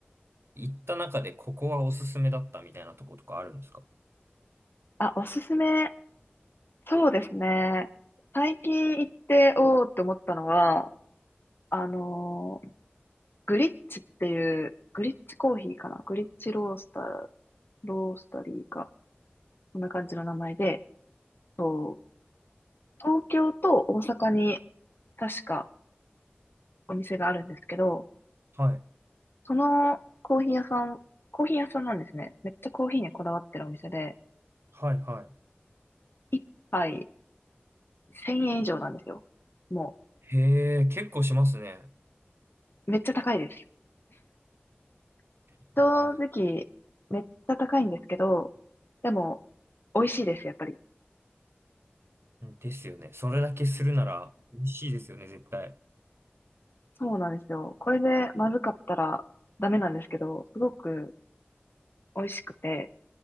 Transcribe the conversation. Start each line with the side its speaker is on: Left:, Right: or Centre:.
Right: 行った中でここはおすすめだったみたいなとことかあるんですか
Left: あ、おすすめ。そうですね。最近行って、おーって思ったのは、あのーグリッチっていう、グリッチコーヒーかなグリッチロースター、ロースタリーか。こんな感じの名前で、そう東京と大阪に確かお店があるんですけど、
Right: はい。
Left: そのコーヒー屋さん、コーヒー屋さんなんですね。めっちゃコーヒーにこだわってるお店で、
Right: はい。は
Left: 一杯1000円以上なんですよ。も
Right: い。へえ、結構しますね。
Left: う、めっちゃ高いです。
Right: へー
Left: 正直、めっちゃ高いんですけど、でも、美味しいです、やっぱり。
Right: ですよね。それだけするなら美味しいですよね、絶対。
Left: そうなんですよ。これでまずかったらダメなんですけど、すごく美味しくて、